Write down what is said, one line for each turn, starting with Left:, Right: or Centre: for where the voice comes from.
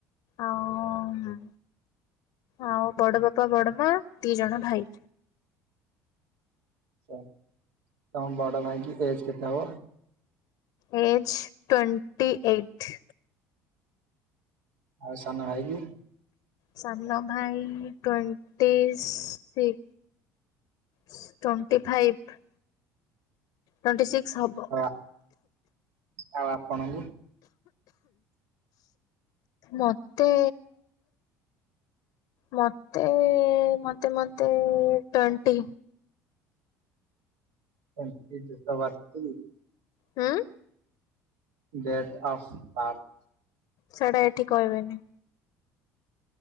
Left: ଆଉ ହମ୍ ଆଉ ବଡ ବାପା ବଡ ମା ଦି ଜଣ ଭାଇ।
Right: ଆଛା ତମ ବଡ ଭାଇ କି ଏଜ କେତେ ହବ?
Left: Age twenty eight.
Right: ଆଉ ସାନ ଭାଇକି?
Left: ସାନା ଭାଇ twenty six. Twenty five. Twenty six ହେବ।
Right: ଆଉ ଆଉ ଆପଣଙ୍କୁ
Left: ମତେ ମତେ ମତେ ମତେ twenty.
Right: Twenty date of birth କେତେ କି?
Left: ହଁ।
Right: Date of birth?
Left: ସେଇଟା ଏଠି କହିବିନି।